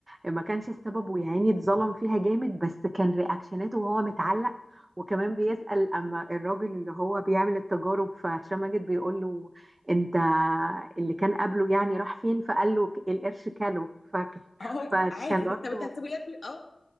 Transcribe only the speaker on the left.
اه
<laughs> عادي
طب انت هتسيبه ياكل اه